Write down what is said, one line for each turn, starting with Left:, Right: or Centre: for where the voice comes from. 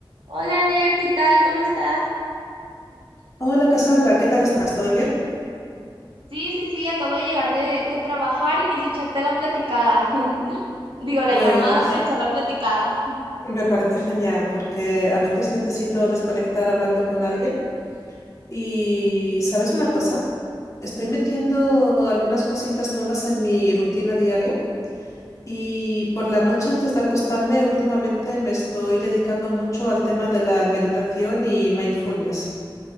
Right: Hola Ner, ¿qué tal? ¿Cómo estás?
Left: Hola Cassandra, ¿qué tal estás? ¿Todo bien?
Right: Sí, sí, sí, acabo de llegar de, de trabajar y quise echarte la platicada. <laughs> Digo,
Left: Pues
Right: la llamada para echar la platicada.
Left: me parece genial porque a veces necesito desconectar hablando con alguien y ¿sabes una cosa? Estoy metiendo algunas cositas nuevas en mi rutina diaria y por la noche antes de acostarme últimamente me estoy dedicando mucho al tema de la meditación y mindfulness.